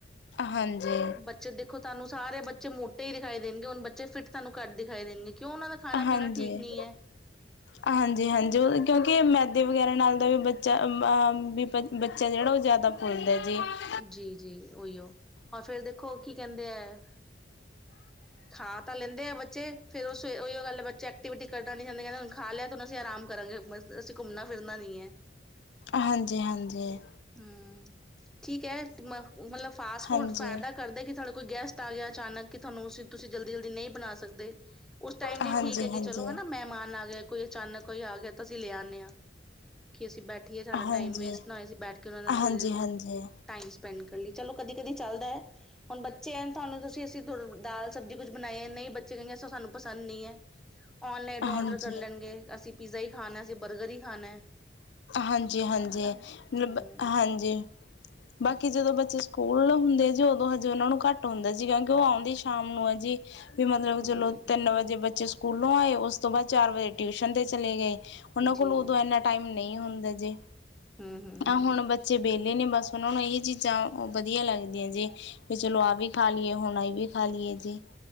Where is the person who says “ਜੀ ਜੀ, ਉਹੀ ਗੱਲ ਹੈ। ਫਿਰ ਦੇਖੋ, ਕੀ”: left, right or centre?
Centre